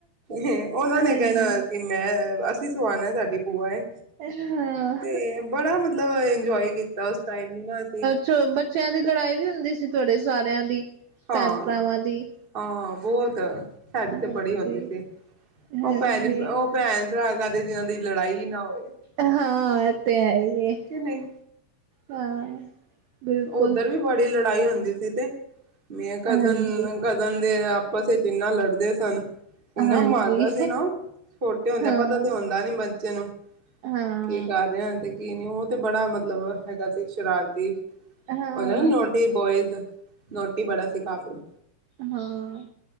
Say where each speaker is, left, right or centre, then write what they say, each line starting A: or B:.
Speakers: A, on the right; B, on the right.
A: ਹ ਓਨਾਂ
B: ਹਾਂਜੀ
A: ਨੇ ਕੈਨਾ ਕੇ ਮੈਂ ਅਸੀਂ ਸਵਾਨਾ ਸਾਡੀ ਭੂਆ ਐ।
B: ਹਾਂ
A: ਤੇ ਬੜਾ ਮਤਲਬ ਇੰਜੋਏ ਕੀਤਾ ਉਸ ਟਾਈਮਾਂ ਤੇ
B: ਚ ਬੱਚੇਆਂ ਦੀ ਲੜਾਈ ਵੀ ਹੁੰਦੀ ਸੀ ਤੁਆਡੇ ਸਾਰੇਆਂ ਦੀ
A: ਹਾਂ,
B: ਭੈਨ ਭਰਾਵਾਂ ਦੀ।
A: ਹਾਂ ਬੋਤ ਸਾਡੀ
B: ਹਾਂਜੀ
A: ਤੇ ਬੜੀ ਹੁੰਦੀ ਸੀ
B: ਹਾਂਜੀ
A: ਓ ਭੈਣ ਨੀ ਓ ਭੈਨ ਭਰਾ ਕਾਦੇ ਜਿਨਾਂ ਦੀ ਲੜਾਈ ਨਾ ਹੋਵੇ
B: ਹਾਂ ਐ ਤੇ ਹੈਈ ਏ,
A: ਕਿ ਨਹੀਂ।
B: ਹਾਂ। ਬਿਲਕੁਲ
A: ਓਦਰ ਵੀ ਬੜੀ ਲੜਾਈ ਹੁੰਦੀ ਸੀ ਤੇ, ਮੈਂ ਕਜ਼ਨ
B: ਹਾਂਜੀ
A: ਕਜਨ ਦੇ ਆਪਸ ਵਿਚ ਇਨਾ ਲੜਦੇ ਸਨ। ਇੰਨਾ
B: ਹਾਂਜੀ
A: ਮਾਰਦਾ ਸੀ ਨਾ ਛੋਟੇ ਹੁੰਦੇ
B: ਹਾਂ
A: ਆ ਪਤਾ ਤੇ ਹੁੰਦਾ ਨੀ ਬੱਚੇ ਨੂੰ।
B: ਹਾਂ।
A: ਕੀ ਕਰ ਰਹੇ ਹਨ ਤੇ ਕੀ ਨੀ ਓ ਤੇ ਬੜਾ ਮਤਲਬ ਹੈਗਾ ਸੀ ਸ਼ਰਾਰਤੀ
B: ਹਾਂ
A: ਓਦੇ ਨਾ ਨੋਟੀ ਬੋਇਜ਼, ਨੋਟੀ ਬੜਾ ਸੀ ਕਾਫੀ।
B: ਹਾਂ।